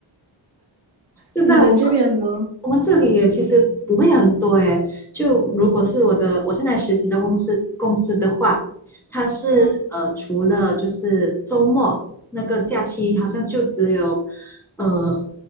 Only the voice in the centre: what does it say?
<laughs> 就在我们
我们这里也其实不会很多诶。就如果是我的我现在实习的公司公司的话，它是呃除了就是周末那个假期，
好像就只有呃